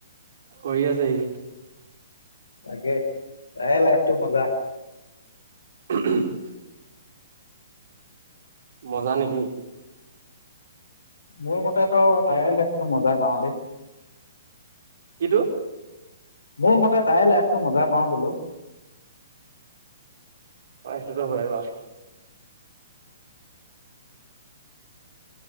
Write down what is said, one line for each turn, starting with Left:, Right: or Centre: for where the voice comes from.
Right: কৰি আছে সি।
Left: তাকে তাৰে লাইফ টো মজা।
Right: <unintelligible> মজা নেকি।
Left: মোৰ মতেতো তাই লাইফতো মজা পাওঁ দেই।
Right: কিটো?
Left: মোৰ মতে তাই লাইফটো মজাই পাওঁ বোলো।
Right: হয় সেটো হয় বাৰু।